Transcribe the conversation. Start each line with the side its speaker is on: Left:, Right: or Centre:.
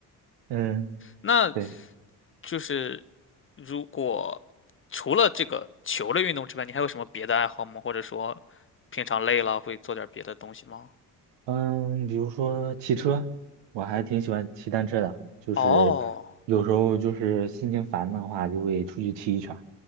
Right: 嗯，
Left: 那
Right: 对，
Left: 就是如果除了这个球类运动之外，你还有什么别的爱好吗？或者说平常累了会做点别的东西吗？
Right: 嗯，比如说骑车，我还挺喜欢骑单车的，就是有时候就是心情烦的话，
Left: 哦，
Right: 就会出去骑一圈。